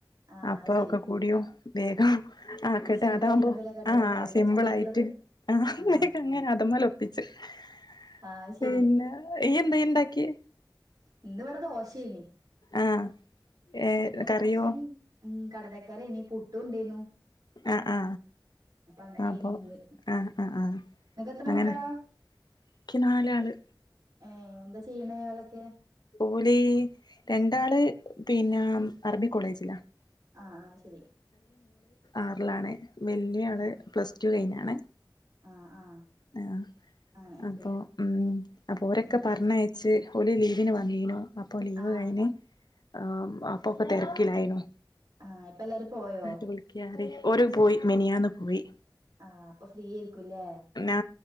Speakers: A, on the right (about 60°); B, on the left (about 65°).
A: ആ
B: അപ്പ
A: അത് ശരി
B: ഒക്കെ കൂടിയും വേഗം അ ആക്കിയിട്ട്
A: സിമ്പിൾ
B: അതാകുമ്പോ
A: ആയിട്ടുള്ള എന്തേലൊക്കെ ഉണ്ടാക്കിക്കാരല്ലേ
B: ആ സിമ്പിൾ
A: സുഖായിട്ടുള്ളത്
B: ആയിട്ട് അത് അങ്ങനെ
A: ആ
B: ങ്ങനെ അതമേൽ ഒപ്പിച്ച്പിന്നെ
A: ആ അത് ശരി
B: ഇയ്യ് ന്തേ ന്തെ ഉണ്ടാക്കിയേ
A: ഇന്നിവിടെ ദോശേനി
B: ആഹ് ഏഹ്
A: പിന്നെ
B: കറിയോ
A: ത കൊർച്ച് ഉ കടലക്കറി ഏനി പുട്ടും ഉണ്ടേനു
B: ആ ആ
A: അങ്ങനേനി
B: അപ്പൊ
A: ഇന്ന്
B: ആ ആ
A: നിങ്ങക്ക് എത്ര
B: അങ്ങനെ
A: മക്കളാ
B: ഇക്കിനാലാള്
A: ഏ എന്താ ചെയ്യണേ ഓലൊക്കെ?
B: ഓല് രണ്ടാള് പിന്നെ ആർമി കോളേജിലാ ഒ
A: ആ ആ ശരി
B: ആറിലാണ് വല്യ
A: ആ
B: ആള് പ്ലസ് ടു കഴിഞ്ഞാണ്
A: ആ ആ
B: ആ
A: അങ്ങനെ
B: അപ്പൊ
A: ശരി
B: ഉം അപ്പൊരൊക്കെ
A: ഉം
B: പറഞ്ഞയച്ച് ഓല് ലീവിന് വന്നീനു അപ്പൊ ലീവ്
A: ആ
B: കഴിഞ്ഞ് അ അപ്പൊക്കെ തിരക്കിലായിനു
A: ആ ഇപ്പല്ലാരും പോയോ
B: ആട്ട് വിളിക്കാറി ഓര് പോയി മെനിയാന്ന് പോയി.
A: ആഹ് അപ്പൊ ഫ്രീയായിരിക്ക്കുല്യേ..
B: ആ